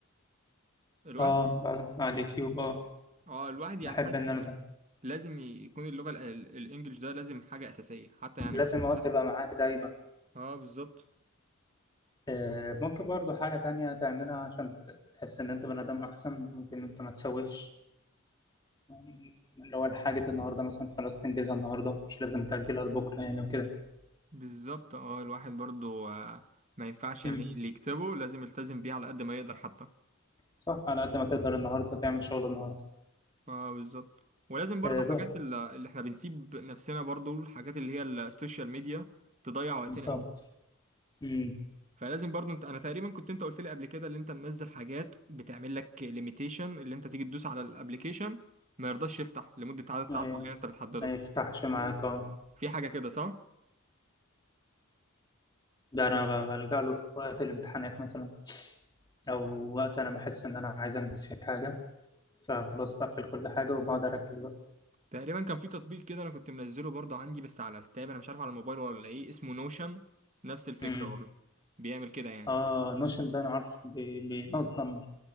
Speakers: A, on the right; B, on the left.
A: الواحد
B: اه بعد على اليوتيوب اه
A: اه الواحد يعني
B: بحب
A: حاسس
B: ان
A: ان
B: انا ده
A: لازم يكون اللغة ال- ال- الانجليش ده لازم حاجة اساسية حتى يعني
B: لازم
A: مثلا ممكن-
B: اقعد تبقى معاك دايما
A: اه بالظبط
B: آه ممكن برضو حاجه تانية تعملها عشان ت- تحس ان انت بني ادم احسن ممكن انت ما تسوفش يعني اللي هو الحاجة النهاردة مثلا خلاص تنجزها النهاردة مش لازم تأجلها لبكرة يعني وكده
A: بالظبط اه الواحد برضو آه، ما ينفعش
B: امم
A: يعني اللي يكتبه لازم يلتزم بيه على قد ما يقدر حتى
B: صح على قد ما تقدر النهاردة تعمل شغل النهاردة
A: اه بالظبط ولازم برضو
B: آه
A: حاجات
B: بقى
A: ال- اللي احنا بنسيب نفسنا برضو الحاجات اللي هي السوشيال ميديا تضيع وقتنا
B: بالظبط
A: قوي
B: امم
A: فلازم برضو انت انا تقريبا كنت انت قلت لي قبل كده اللي انت منزل حاجات بتعمل لك ليميتيشن اللي انت تيجي تدوس على الابليكيشن ما يرضاش يفتح لمدة عدد ساعات
B: آه
A: معينة انت بتحدده
B: ما يفتحش معاك اه
A: في حاجة كده صح؟
B: ده أنا ب- بلجأ له في وقت الامتحانات مثلا أو وقت أنا بحس إن أنا عايز أنجز فيه حاجة فخلاص بقفل كل حاجة وبقعد أركز بقى
A: تقريبا كان في تطبيق كده انا كنت منزله برضه عندي بس على التاب انا مش عارف على الموبايل ولا ايه اسمه نوشن نفس الفكره
B: امم
A: برضه بيعمل كده يعني
B: اه نوشن ده أنا عارف بي- بينظم